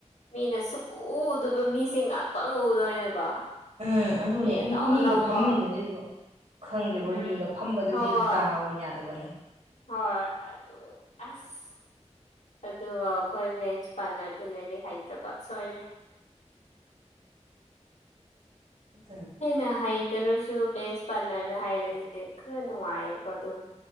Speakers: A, on the left; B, on the right.
A: ꯃꯤꯅ ꯁꯨꯛꯎ ꯎꯗꯕ ꯃꯤꯁꯦ ꯉꯥꯛꯇꯪ ꯎꯗꯣꯏꯅꯦꯕ
B: ꯎꯝ ꯑꯗꯨꯅꯦ
A: ꯃꯤ ꯑꯅꯧ
B: ꯃꯤꯒ
A: ꯑꯅꯧꯕ
B: ꯐꯝꯃꯤꯅꯗꯦ ꯑꯗꯨꯒ ꯈꯪꯗꯦꯕꯣ
A: ꯎꯝ
B: ꯃꯤꯒ ꯐꯝꯕꯗꯨꯗꯤ
A: ꯍꯣꯏ
B: ꯗꯥꯎꯅ ꯌꯥꯗꯕꯅꯤ
A: ꯍꯣꯏ ꯑꯗꯨ ꯑꯁ ꯑꯗꯨ ꯑꯈꯣꯏ ꯚꯦꯟꯁ ꯄꯥꯠꯅꯔꯗꯨ ꯂꯩꯔꯤꯛ ꯍꯩꯇꯕ ꯁꯣꯏꯔꯦ
B: ꯎ <inaudible>
A: ꯑꯩꯅ ꯍꯩꯇꯥꯔꯥꯁꯨ ꯕꯦꯟꯁ ꯄꯥꯠꯅꯔꯅ ꯍꯩꯔꯥꯗꯤ ꯈꯔ ꯅꯨꯡꯉꯥꯏꯌꯦꯕ ꯑꯗꯨꯝ